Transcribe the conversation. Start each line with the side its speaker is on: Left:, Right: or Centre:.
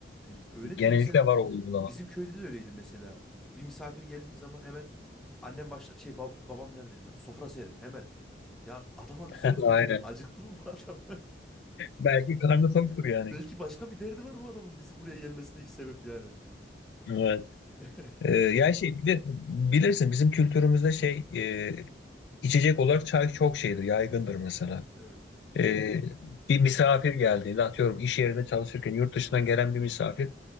Centre: E, öyledir
Left: Genellikle
Centre: mesela
Left: var o uygulama.
Centre: Bizim köyde de öyleydi mesela. Bir misafir geldiği zaman hemen annem başla şey bab- babam nerede hemen sofra serin hemen. Ya adama bir
Left: <laughs>
Centre: sor önce
Left: Aynen.
Centre: bir acıktı mı bu adam?
Left: Belki karnı toktur
Centre: <laughs>
Left: yani.
Centre: Belki başka bir derdi var bu adamın bizim buraya gelmesindeki sebep yani.
Left: Evet.
Centre: <laughs>
Left: Ee, yani şey bili- bilirsin bizim kültürümüzde şey e, içecek olarak çay çok şeydir, yaygındır mesela.
Centre: Evet.
Left: Ee, bir misafir geldiğinde atıyorum iş yerinde çalışırken yurt dışından gelen bir misafir